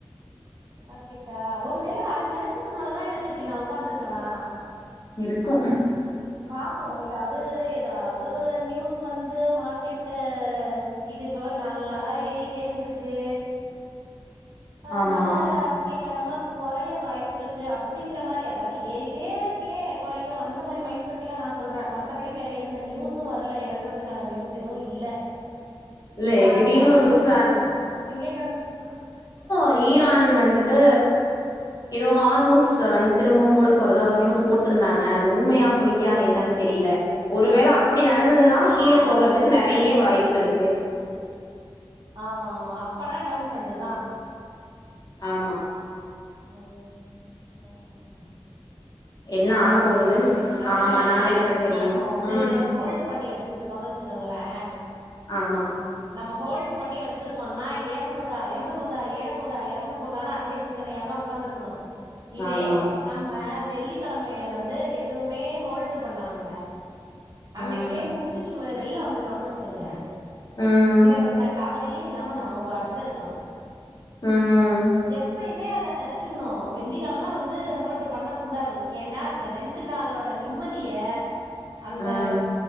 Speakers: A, on the right; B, on the left.
A: மார்க்கெட்டா ஒரு வேல அத நெனச்சதுனாலதா எனக்கு இப்டி நா உக்காந்திருக்கேனா
B: இருக்கு
A: ஒ பாப்போ எதாவ்து அது எதாவ்து ஒரு நியூஸ் வந்து மார்க்கெட்ட இது இப்ப நாலு நாளா ஏறிட்டே இருந்திருக்கு அதனால
B: ஆமா.
A: திங்க கெழம கொறைய வாய்ப்பு இருக்கு அப்படிங்கிற மாறி அதாது ஏறிட்டே இருக்கே கொறையு அந்த மாறி மைண்ட் செட்ல நா சொல்றே மத்தபடி வேற எந்த நியூஸு வரல எறங்குற துக்கான நியூஸ் எதுவு இல்ல
B: இல்ல
A: பாக்லா
B: திடீர்னு ஒரு நியூஸ்
A: என்னன்னு திங்ககெழ
B: ந்த ஈரான் வந்துட்டு எதோ ஹார்மோஸ்ஸ வந் திரும்பவு மூட போறதா ஒரு நியூஸ் போட்ருந்தாங்க அது உண்மையா பொய்யா என்னன் தெரியல ஒருவேல அப்படி நடந்ததுன்ன கீழ
A: ஆஹ்
B: போகறதுக்கு நெறைய வாய்ப்புருக் கு
A: ஆமா ஆமா அப்பனா டவுன் ட்ரெண்டு தா
B: ஆமா
A: ம் ம்
B: என்ன
A: பாப்போ
B: ஆக போகுதுன்னு
A: நம்ம
B: ஆமா நாளைக்குதா தெரியும்
A: நம்ம வந்து
B: ம்
A: ஹோல்டு பண்ணி வச்சிருக் கோன் வச்சுக்கோங்களே
B: ஆமா
A: நம்ம ஹோல்டு பண்ணி வச்சிருக்கோன்னாய் ஏறப் போதா எறங்க போதா ஏற போதா எறங்க போதானு அதயே சிந்தனையாதா உக்காந்துருக்கணு இதே
B: ஆமா
A: நம்ம வெள்ளி கெழமைய வந்து எதுவுமே ஹோல்டு பண்ணாம அன்னைக்கே
B: ம்
A: முடிச்சுட்டு வெ வெள்ள வந்துட்டோன்னு வச்சுக்கங்க
B: ம்
A: இத பத்தன கவலயே இல்லாம நாம பாட்டுக்க ருக்கலா
B: ம்
A: எப்பயுமே அத நெனைச்சுக்கணு வெள்ளிக்கெழ ம வந்து ஹோல்டு பண்ணக் கூடாது ஏனா இந்த ரெண்டு நாளோட நிம்மதிய அந்த
B: ம்